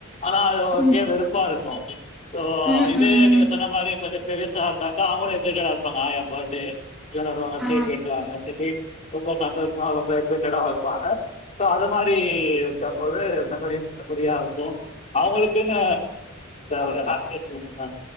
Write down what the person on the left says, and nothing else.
ஆனா அது அவ்ங்கக்கே
வெறுப்பா இருக்கு ஸோ
இதே
நீங்க சொன்ன மாரி கொஞ்சொ பெருசா இருந்தாக்கா அவ்ங்களூ எக்ஸைட்டடா இருப்பாங்க என் பேர்த்டே எல்லாரு வருவாங்க
கேக் வெட்டு வாங்க சொல்லி ரொம்போ சந்தோஷமா ரொம்போ எக்செட்டெட்டாவு இருப்பாங்க சோ அது மாரி வெக்கும்போது மெமரிஸ் மெமரியா இருக்கு அவங்களுக்குனு ஒரு ஹேப்பி நியூஸ் சொன்ன மாரி